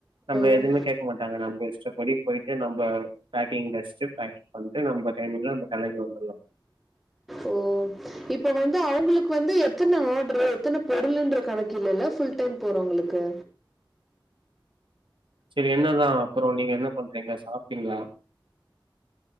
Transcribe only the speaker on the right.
நம்மள
எதுவுமே கேக்க மாட்டாங்க நம்ப இஷ்டப்படி போயிட்டு நம்ப பேக்கிங்டச்சிட்டு பேக்கிங் பண்ட்டு நம்ப டைமிங்ல நம்ப கெளம்பி வந்துர்லா
ஆமா
சேரி என்னதா அப்றோ நீங்க என்ன பண்றீங்க சாப்டீங்களா